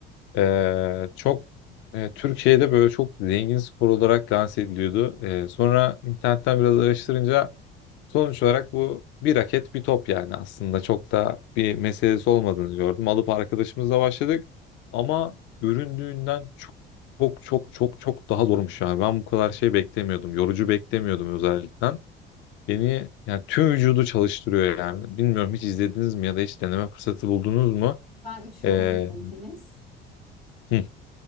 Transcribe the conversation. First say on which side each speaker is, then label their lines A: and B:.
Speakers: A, on the left; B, on the left.
A: E, çok e, Türkiye'de böyle çok zengin spor olarak lanse ediliyordu. E, sonra internetten biraz araştırınca Sonuç olarak bu bir raket bir top yani aslında çok da bir meselesi olmadığını gördüm. Alıp arkadaşımızla başladık ama göründüğünden çok çok çok çok çok daha zormuş yani. Ben bu kadar şey beklemiyordum. Yorucu beklemiyordum özellikle. Beni yani tüm vücudu çalıştırıyor yani. Bilmiyorum hiç izlediniz mi ya da hiç deneme fırsatı buldunuz mu?
B: Ben üç yıl
A: Ee,
B: oynadım tenis.
A: hı,